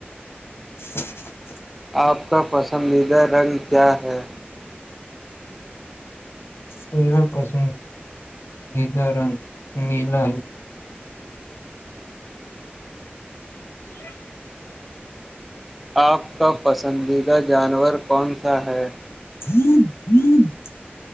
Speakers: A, on the left; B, in the centre.
A: <inaudible>
B: آپ کا پسندیدہ رنگ کیا ہے
A: میر پسند نلا رنگ نیلا ہے <inaudible> ج <inaudible>
B: آپ کا پسندیدہ جانور کون سا ہے
A: تھ <inaudible> ہوں <inaudible>